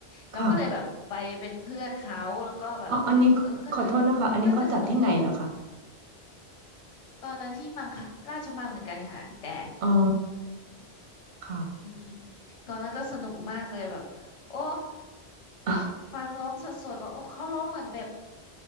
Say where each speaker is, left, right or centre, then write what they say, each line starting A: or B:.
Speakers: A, on the left; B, on the right.
A: เราก็เลยแบบไปเป็นเพื่อนเขาแล้วก็แบบเออก็น่า
B: ค่ะอ๋ออันนี้ขอโทษนะคะอันนี้เขาจัดที่ไหนล่ะคะ
A: น่าจะสนุกดีตอนนั้นที่มังคราชมังเหมือนกันค่ะพี่แต่
B: อ๋อค่ะ
A: อืมตอนนั้นก็สนุกมากเลยแบบโอ้
B: <laughs>
A: ฟังร้องสดๆว่าโอ้เขาร้องเหมือนแบบ